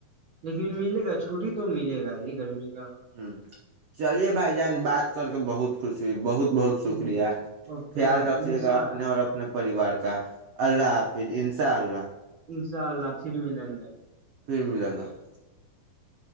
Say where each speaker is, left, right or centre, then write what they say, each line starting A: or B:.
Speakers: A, on the right; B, on the right.
A: لیکن ملے چھٹی تو ملے گا یہ گھرمی <unintelligible>
B: ہ چلیے بھائی جان بات کر <unintelligible> بہت خوشی بہت <unintelligible> بہت
A: ٹھیک
B: شکریہ
A: اوکے
B: خیال
A: بھائی
B: رکھیے
A: انشاء
B: گا اپنے اور اپنے <unintelligible> پریوار کا <unintelligible> اللہ حافظ انشاء اللہ
A: چار لاک <unintelligible> سر و لنگا <unintelligible>
B: پھر ملیں گا